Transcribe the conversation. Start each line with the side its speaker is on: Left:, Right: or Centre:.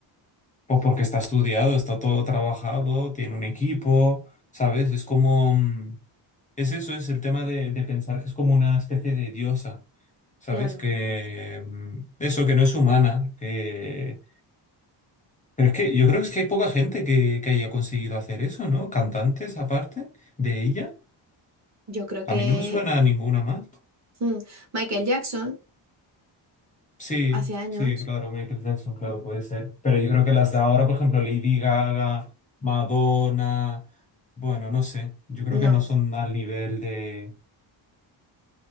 Left: Pues porque está estudiado, está todo trabajado, tiene un equipo, ¿sabes? Es como... mm, Es eso, es el tema de, de pensar que es como una especie de diosa, ¿sabes?
Right: Claro,
Left: Que mm, eso, que no es humana, que... Pero es que yo creo que es que hay poca gente que, que haya conseguido hacer eso, ¿no? Cantantes aparte de ella.
Right: yo creo que
Left: A mí no me suena a ninguna más.
Right: mm, Michael Jackson,
Left: Sí,
Right: hace años,
Left: sí, claro, Michael Jackson, claro, puede ser. Pero yo creo que las de ahora, por ejemplo, Lady Gaga, Madonna, bueno, no sé, yo creo
Right: no.
Left: que no son al nivel de...